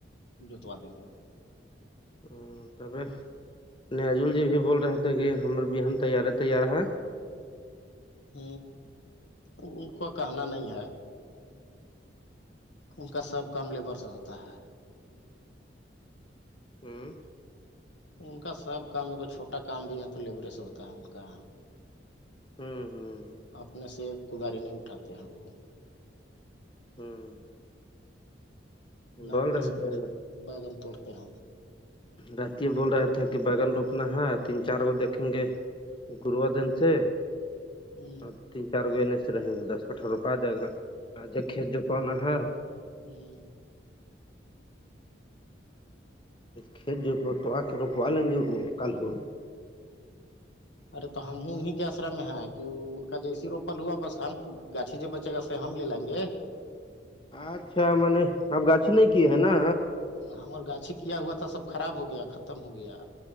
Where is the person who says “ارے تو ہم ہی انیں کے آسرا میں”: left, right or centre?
Left